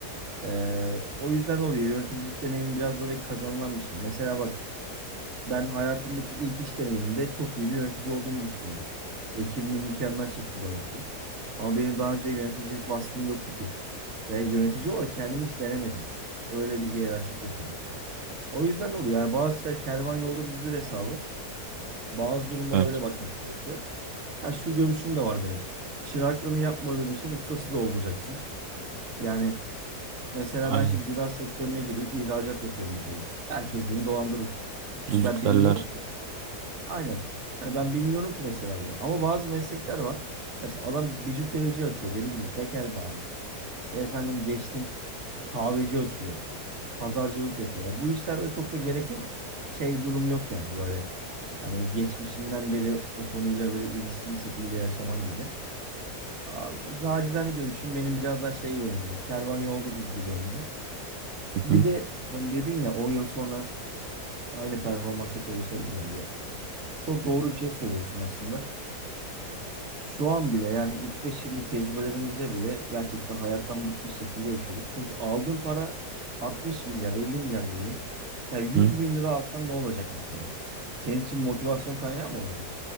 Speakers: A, on the right; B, on the right.
A: E, o yüzden oluyor. Yöneticilik deneyimi biraz böyle kazanılan bir şey. Mesela bak ben hayatımdaki ilk iş deneyimimde çok iyi bir yönetici olduğumu düşünüyorum. Ekibimi mükemmel şekilde yönettim. Ama benim daha önce yöneticilik vasfım yoktu ki. Ve yönetici olarak kendimi hiç denemedim. Öyle bir hiyerarşik yapıda. O yüzden de oluyor. Yani bazı şeyler kervan yolda düzdür hesabı. Bazı durumlara
B: Evet.
A: öyle bakmak gerekiyor. Ha şu görüşüm de var benim. Çıraklığını yapmadığın işin ustası da olmayacaksın. Yani mesela
B: Aynen.
A: ben şimdi gıda sektörüne gireyim, ihracat yapayım bakalım. Herkes beni dolandırır. Çünkü
B: Düdüklerler.
A: ben bilmiyorum ki. Aynen. Hani ben bilmiyorum ki mesela bunu. Ama bazı meslekler var. Mesela adam bijuterici açıyor dediğim gibi tekel bayi. İşte efendim geçtim kahveci açıyor. pazarcılık yapıyor. Bu işlerde çok da gereken şey durum yok yani böyle. Hani geçmişinden beri o konuyla böyle ilişkili şekilde yaşaman gibi. Aa, Nacizane görüşüm benim biraz daha şey yönünde. Kervan yolda düzdür yönünde.
B: Hı
A: Bir
B: hı.
A: de ben dedin ya 10 yıl sonra aynı performansta çalışamayacağım diye. Çok doğru bir şey söylüyorsun aslında. Şu an bile yani 3-5 yıllık tecrübelerimizde bile gerçekten hayattan bıkmış şekilde yaşıyoruz. Çünkü aldığın para 60 milyar, 50 milyar diyelim. Ya 100
B: Hı.
A: bin lira alsan ne olacak mesela? Senin için motivasyon kaynağı mı olacak?